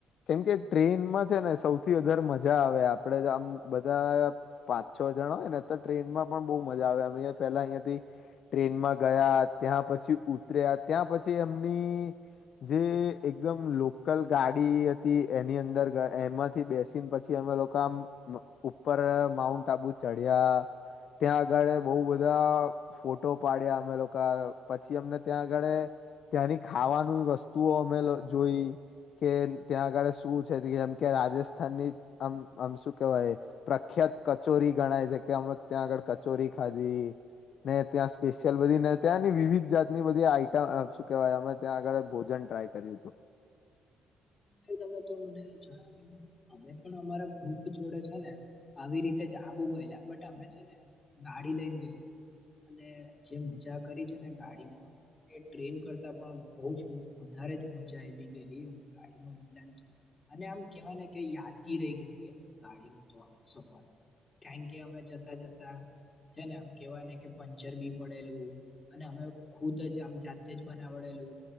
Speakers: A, on the left (about 65°); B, on the left (about 30°).
A: કેમકે ટ્રેનમાં છે ને સૌથી વધારે મજા આવે આપડે આમ બધા પાચો જણા હોય તો ટ્રેનમાં પણ બવ મજા આવે પેલા અહંયાથી ટ્રેનમાં ગયા ત્યાં પછી ઉતર્યા ત્યાં પછી એમ ની જે એકદમ લોકલ ગાડી હતી એની અંદર એમાંથી બેસીને પછી અમે લોકો આમ ઉપર માઉન્ટ આબુ ચડ્યા. ત્યાં આગળ બઉ બધા ફોટો પાડ્યા અમે લોકો પછી અમને ત્યાં આગળ ત્યાંની ખાવાની વસ્તુઓ અમે જોઈ. કે ત્યાં આગળ શું છે જેમ કે રાજસ્થાનની આમ આમ શું કેહેવાય પ્રખ્યા ત કચોરી ગણાય છે કે અમે ત્યાં આગળ કચોરી ખાધી. ને ત્યાં સ્પેશિયલ બધી ને ત્યાંની વિવિધ જાતની બધી આઈટમ શું કેહેવાય અમે ત્યાં આગળ ભોજન. ટ્રાય કર્યું તુ.
B: <inaudible> ત તો મને જણાવ્યું અમે પણ અમારા ગ્રુપ જોડે છે ને આવી રીતે જા આબુ ગયેલા બટ અમે છે ને ગાડી લઈને ગયેલા. અને જે મજા કરી છે ને ગાડીમાં. એ ટ્રેન કરતા પણ બહ જ વધારે જ મજા આવી ગયેલી અ ગાડીમાં ગયલા ને તો અને આમ કેવાય ને કે યાદગી રહી ગઈ ગાડીનું તો સફર કારણ કે અમે જતા જતા છે ને આમ કેવા ને કે પંચર બી પડેલું અને અમે ખુદ જ આમ જાતે જ બનાવ ડેલું